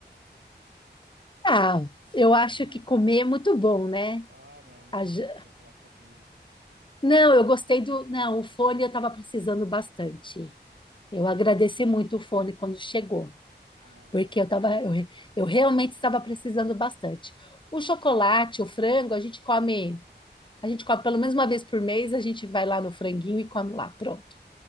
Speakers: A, on the left; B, on the right.
A: Ah, eu acho
B: <laughs>
A: que comer é muito bom, né?
B: Ah, não, não
A: A
B: acredito
A: ge-
B: que você vai falar que foi comida.
A: Não,
B: Ah, não.
A: eu gostei do. Não, o fone eu estava precisando bastante. Eu agradeci muito o fone quando chegou.
B: Ah, bom.
A: porque eu tava, eu, re- eu realmente estava precisando bastante. O chocolate, o frango, a gente come, a gente come pelo menos uma vez por mês, a gente vai lá no franguinho e come lá, pronto.